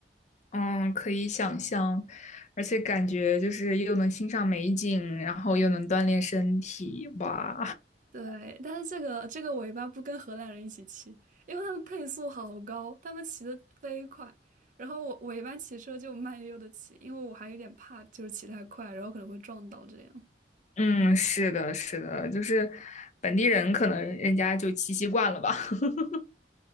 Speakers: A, on the left (about 40°); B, on the right (about 45°).
A: 嗯，可以想象，而且感觉就是又能欣赏美景，然后又能锻炼身体，哇，
B: 对，但是这个这个我一般不跟荷兰人一起骑，因为他们配速好高，他们骑得飞快，然后我我一般骑车就慢悠悠的骑，因为我还有点怕，就是骑太快，然后可能会撞到这样。
A: <laughs> 嗯，是的，是的，就是本地人可能人家就骑习惯了吧。<laughs>